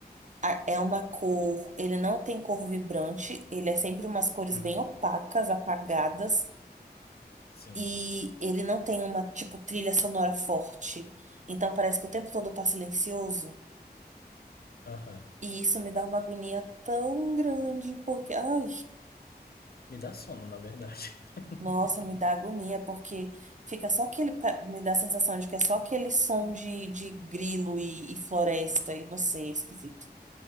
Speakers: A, on the right; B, on the left.
A: A- É uma cor, ele não tem cor vibrante, ele é sempre umas cores
B: Hum,
A: bem opacas, apagadas.
B: sim.
A: e ele não tem uma, tipo, trilha sonora forte. Então parece que o tempo todo tá silencioso.
B: Aham.
A: E isso me dá uma agonia tão grande, porque, ai,
B: Me dá sono, na verdade. <laughs>
A: nossa, me dá agonia, porque fica só aquele, pa- me dá a sensação de que é só aquele som de, de grilo e, e floresta, e não sei, é esquisito.